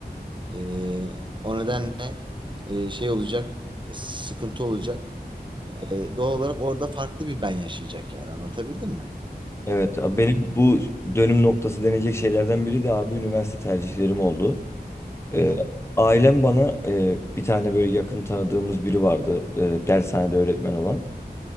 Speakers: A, on the right (about 30°); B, on the left (about 15°).
A: Ee, o nedenle e, şey olacak, sıkıntı olacak. Ee, doğal olarak orada farklı bir ben yaşayacak yani anlatabildim mi?
B: Evet, abi
A: Hı
B: benim bu dönüm noktası denecek şeylerden biri de abi üniversite tercihlerim oldu. Ee,
A: hı.
B: ailem bana e, bir tane böyle yakın tanıdığımız biri vardı, e, dershanede öğretmen olan.